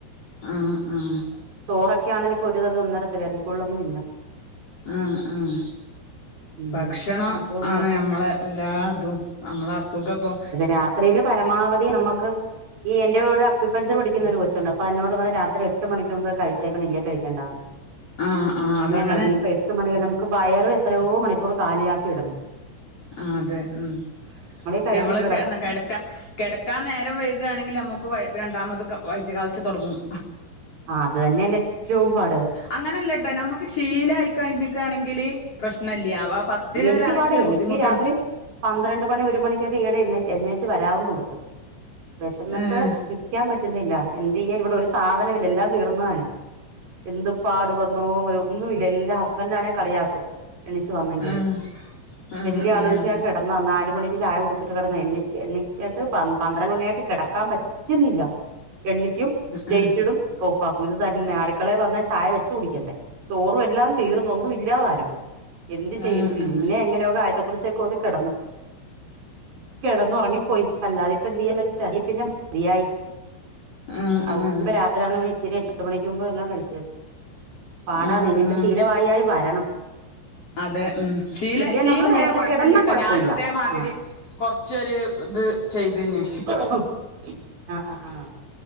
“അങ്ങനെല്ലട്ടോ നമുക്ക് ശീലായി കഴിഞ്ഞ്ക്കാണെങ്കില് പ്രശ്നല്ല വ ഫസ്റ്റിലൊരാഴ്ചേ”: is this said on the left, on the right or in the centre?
Left